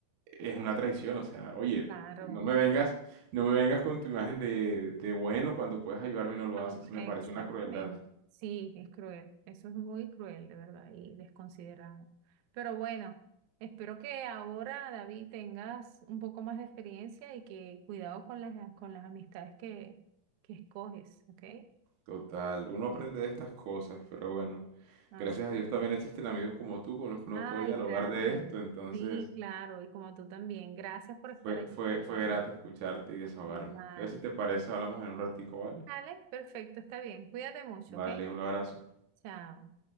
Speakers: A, on the right; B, on the right.
A: es una traición, o sea, oye,
B: Claro.
A: no me vengas, no me vengas con tu imagen de, de bueno cuando puedes ayudarme y no lo
B: Cuando-
A: haces. Me
B: exactamente.
A: parece una crueldad
B: Sí, es cruel. Eso es muy cruel, de verdad, y desconsiderado. Pero bueno, espero que ahora, David, tengas un poco más de experiencia y que cuidado con las, con las amistades que, que escoges, ¿ok?
A: total. Uno aprende de estas cosas, pero bueno,
B: Así.
A: gracias a Dios también existen amigos como tú con los que uno
B: Ay,
A: puede dialogar
B: gracias.
A: de esto, entonces
B: Sí, claro, y como tú también. Gracias por estar
A: fue,
B: allí,
A: fue, fue
B: de ¿verdad?
A: grato escucharte y desahogarme.
B: Igual.
A: Entonces, si te parece, hablamos en un ratico, ¿vale?
B: Vale, perfecto, está bien. Cuídate mucho,
A: Vale,
B: ¿ok?
A: un abrazo.
B: Chao.